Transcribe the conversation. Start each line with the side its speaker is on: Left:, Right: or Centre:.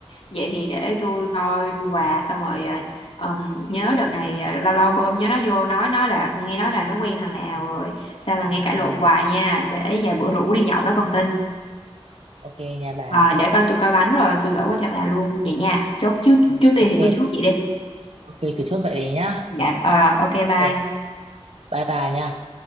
Left: vậy thì để tôi coi quà xong rồi ờ, ừm, nhớ đợt này ờ, lâu lâu bơm nhớ nó vô nói nó là nghe nói là nó quen thằng nào rồi sao mà nghe cãi lộn
Right: Ừ,
Left: hoài nha để vài bữa rủ đi
Right: ok
Left: nhậu đó còn
Right: nha.
Left: tin
Right: Ok nha bà.
Left: Rồi để coi tôi coi bánh rồi tôi gửi qua cho bà luôn vậy nha. Chốt trước
Right: Ừ,
Left: trước tiên
Right: ok.
Left: thì cứ chốt vậy đi.
Right: Ok cứ chốt vậy đấy nhá.
Left: Dạ rồi, rồi ok bye.
Right: Rồi, bye bye nha.